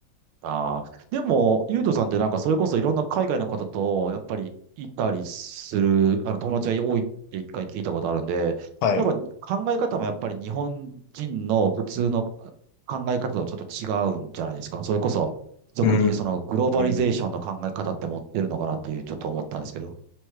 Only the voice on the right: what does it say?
ああ。でも、ゆうとさんってなんか、それこそいろんな海外の方と、やっぱりいたりする、あの、友達が多いって一回聞いたことあるんで、
やっぱ考え方もやっぱり日本人の普通の考え方とちょっと違うんじゃないですか。それこそ、俗に言うそのグローバリゼーションの考え方って持ってるのかなっていう、
ちょっと思ったんですけど。